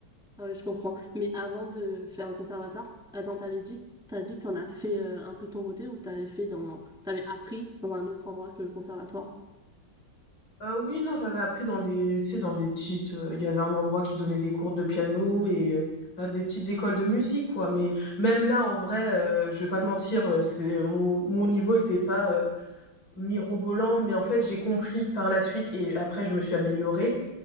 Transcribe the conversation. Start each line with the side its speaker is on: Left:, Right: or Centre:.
Centre: Ah ouais, je comprends. Mais avant de faire le conservatoire, attends, t'avais dit, t'as dit que t'en as fait euh, un peu de ton côté ou t'avais fait dans, t'avais appris dans un autre endroit que le conservatoire?
Left: Heu, oui, non, j'avais appris dans des tu sais, dans des petites, heu, il y avait un endroit qui donnait des cours de piano et heu, bah, des petites écoles de musique, quoi. Mais même là, en vrai, heu, je vais pas te mentir, heu, c'est mon mon niveau était pas, heu, mirobolant, mais en fait, j'ai compris par la suite et après je me suis améliorée.